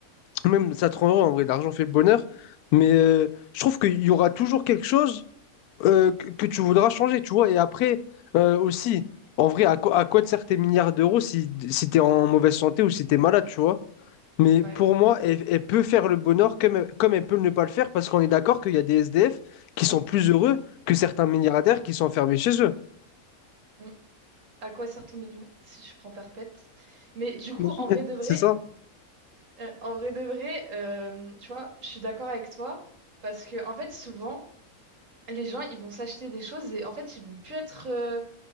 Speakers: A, on the left; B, on the right.
A: Même ça te rend heureux, en vrai, l'argent fait le bonheur. Mais euh, je trouve qu'il y aura toujours quelque chose euh, que, que tu voudras changer, tu vois. Et après, euh, aussi, en vrai, à quoi, à quoi te servent tes milliards d'euros si, si tu es en mauvaise santé ou si tu es malade, tu vois. Mais
B: Ouais.
A: pour moi, elle, elle peut faire le bonheur comme, elle- comme elle peut ne pas le faire, parce qu'on est d'accord qu'il y a des SDF qui sont plus heureux que certains milliardaires qui sont enfermés chez eux.
B: Mm. À quoi sert ton million si tu prends perpète? Mais du coup,
A: Oui.
B: en vrai de vrai,
A: C'est ça?
B: Euh, en vrai de vrai, euh, tu vois, je suis d'accord avec toi parce que en fait, souvent, les gens ils vont s'acheter des choses et en fait, ils vont plus être euh,